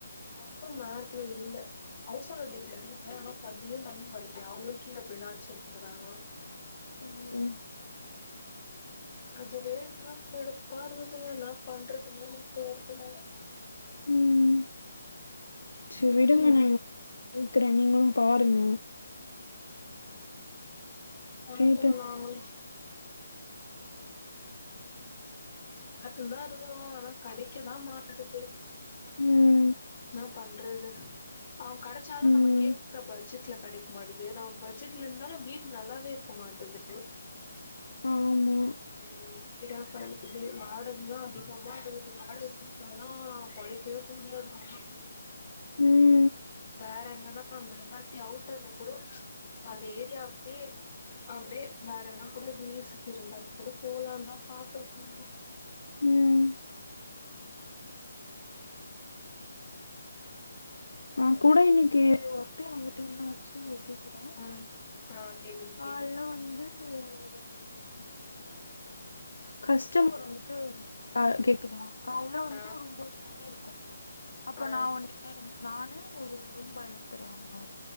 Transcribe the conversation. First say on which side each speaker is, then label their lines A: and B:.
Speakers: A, on the left; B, on the left.
A: பம்பு மேல இல்ல ஹவுஸ் ஓனர் வீட்லருந்து மேலலா <unintelligible> தண்ணி வரலயா அவுங்களு கீழ போய் தா அச்சுனு வராங்களா
B: ஓ
A: அதுவே இன்னு கடுப் பா <unintelligible> என்னா பணறதுனே எனக்கு தெரில
B: ம் சரி விடுங்க
A: ம்
B: நா கேக்கறே நீங்களு பாருங்க
A: ம் உனக்கொரு
B: கேட்டு
A: லாங்வேஜ் பாத்துன் தா இருக்குறோ ஆனா கெடைக்கதா மாட்டுது
B: ம்
A: என்னா பண்றது அ கெடச்சாலு
B: ம்
A: நம்ம கேக்ற பட்ஜெட்ல கெடைக்க மாட்டுது நம்ம பட்ஜெட்ல இருந்தாலு வீடு நல்லாவே இருக்க மாட்டுது
B: ஆம ம்
A: <unintelligible> வந்து வாடகையு அதிகமா இருக்குது வாடக குத்தாதா பொழைக்கவே முடியாது ஆமா
B: ம்
A: வேற எங்கனா அங்க இல்லாட்டி அவுட்டர்ல கூட அந்த ஏரியாவுலயே அப்டியே வேற எதுனா கூட லீசுக்கு இருந்தா கூட போலான் தா பாத்தன் <unintelligible>
B: ம் நா கூட இன்னிக்கி ஒர்க்கில வந்துட்டு என்னா ச்சு கேக்குதா
A: ஆ ஆ கேக்குது கேக்குது
B: கால்ல வந்து து ஒரு கஷ்டமரு
A: புரில
B: வந்து ட்டு கா கேக்குதா கால்ல வந்துட்டு
A: ஆ
B: ஒரு உம்போது மணி இருக்கு அப்போ
A: ஆ
B: நா ஒன்டியாதா இருந்த நானு ஒரு ரூம் பாய் ஒருத்தரு வந்தா